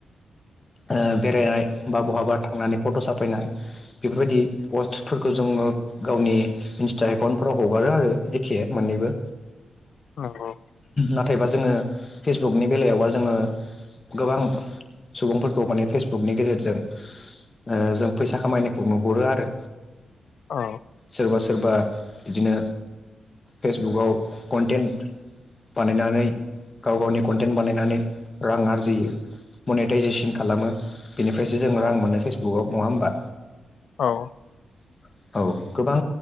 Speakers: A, on the left; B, on the left.
A: ओ बेरायनाय बा बहाबा थांनानै फट' साफायनाय बेफोरबायदि पस्टफोरखौ जों ङो गावनि इन्स्टा एकाउन्टफोराव हगारो आरो एखे मोन्नैबो
B: नंगौ
A: नाथायबा जोङो फेसबुकनि बेलायावबा जोङो गोबां सुबुंफोरखौ माने फेसबुकनि गेजेरजों ओ जों फैसा खामायनायखौ नुहुरो आरो
B: औ
A: सोरबा सोरबा बिदिनो फेसबुकाव कन्टेन्ट बानायनानै गाव गावनि कन्टेन्ट बानायनानै रां आरजियो मनिटाइजेसन खालामो बेनिफ्रायसो जों रां मोनो फेसबुकआव नङा होमबा
B: औ
A: <inaudible> औ गोबां